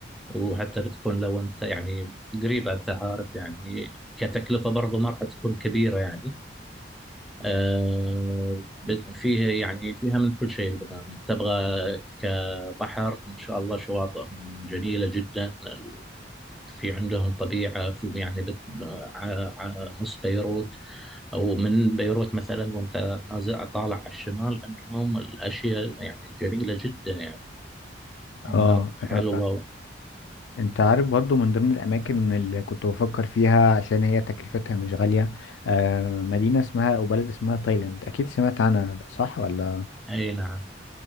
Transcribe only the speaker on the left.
اه
انا
انت عارف برضو من ضمن الاماكن اللي كنت بفكر فيها عشان هي تكلفتها مش غالية آه مدينة اسمها او بلد اسمها تايلاند اكيد سمعت عنها صح ولا